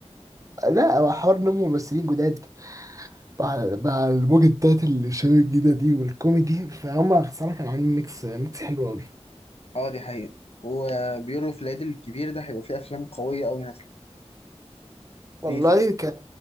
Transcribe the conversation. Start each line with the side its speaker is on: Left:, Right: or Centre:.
Right: لا هو حوار نمو ممثلين جداد مع مع الموجة بتاعت الشباب الجديدة دي والكوميدي فهم صراحة كانوا عاملين ميكس ميكس حلو أوي
Left: اه دي حقيقه وبيقولوا في العيد الكبير ده هيبقى فيه افلام قويه قوي نازله في
Right: والله
Left: فيلم
Right: كان